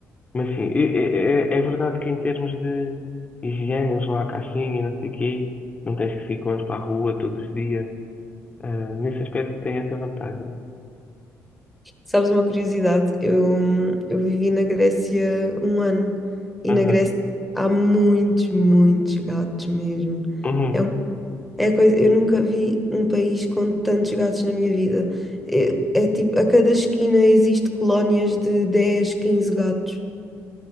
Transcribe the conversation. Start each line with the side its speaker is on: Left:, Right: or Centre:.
Left: mas sim, é, é- é verdade que em termos de higiene, eles vão à caixinha, não sei o quê, não tens que sair com eles para a rua todos os dias. Ah, nesse aspecto, tem essa vantagem.
Centre: Sabes uma curiosidade? Eu, eu vivi na Grécia um ano e
Left: Aham,
Centre: na Grécia há muitos, muitos gatos mesmo.
Left: uhum.
Centre: É, um- é a coisa, eu nunca vi um país com tantos gatos na minha vida. É, é tipo, a cada esquina existe colónias de 10, 15 gatos.